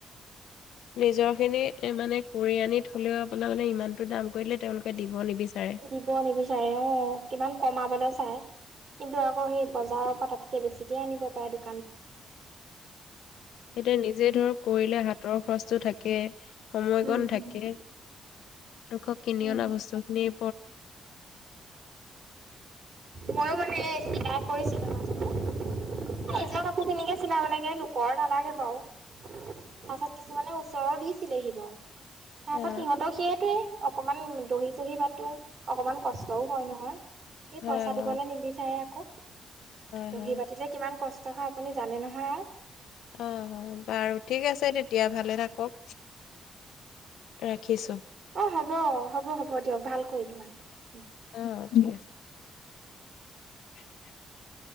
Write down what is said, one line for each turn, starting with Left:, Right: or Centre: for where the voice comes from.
Left: নিজৰ খিনি এ মানে কৰি‌ আনি থলেও আপোনাৰ মানে ইমানটো দাম কৰিলে তেওঁলোকে দিব নিবিচাৰে।
Right: দিব নিবিচাৰে অ', কিমান কমাবলে চাই। কিন্তু আকৌ সেই বজাৰৰ পৰা তাতকে বেছিকে আনিব পাৰে দুপ
Left: এতিয়া নিজে ধৰক কৰিলে হাতৰ খৰচটো থাকে সময়কণ
Right: উম
Left: থাকে। আকৌ কিনি
Right: উম
Left: অনা বস্তু খিনি <inaudible>
Right: মই মানে <unintelligible> কৰিছিলোঁ মাজতে।
Left: হয়
Right: নিজৰ
Left: হয়
Right: কাপোৰ খিনিকে চিলাব লাগ এ লোকৰ নালাগে বাৰু। তাৰ পিছত কিছুমানে ওচৰৰ দিছিলেহি বাৰু। তাৰছত
Left: অ
Right: সিহঁতৰ সেইেটোৱেই। অকমান দহি চহি বাটো, অকমান কষ্টও হয় নহয়। এই
Left: হয়
Right: পইচা
Left: হয়
Right: দিবলৈ নিবিচাৰে আকৌ।
Left: হয়
Right: দহি
Left: হয়।
Right: বাাতিলে কিমান কচ ট হয়, আপুনি জানে নহয় আও
Left: অ, হয়। বাৰু ঠিক আছে তেতিয়া ভালে থাকক, ৰাখিছোঁ।
Right: অ হ'ব, হ'ব, হ'ব দিয়ক। ভাল কৰিলোঁ, ভাল কৰিলে।
Left: অ', ঠিকে আছে <inaudible>